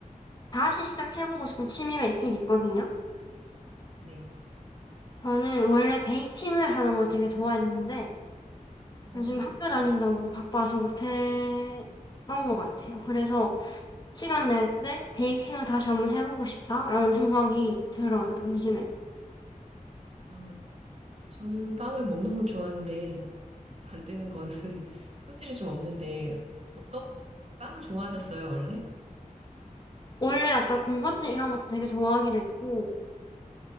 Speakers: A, on the left; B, on the right.
A: 다시 시작해보고 싶은 취미가 있긴 있거든요.
B: 네.
A: 저는 원래 베이킹을 하는 걸 되게 좋아했는데
B: 아,
A: 요즘 학교 다닌다고 좀 바빠서 못해 그런 것 같아요. 그래서 시간 날 때 베이킹을 다시 한번 해보고 싶다라는 생각이 들어요, 요즘에.
B: 아, 저는 빵을 먹는 건 좋아하는데, 만드는 거는 <laughs> 소질이 좀 없는데 어떤 빵을 좋아하셨어요, 원래?
A: 원래 약간 군것질 이런 것도 되게 좋아하기도 했고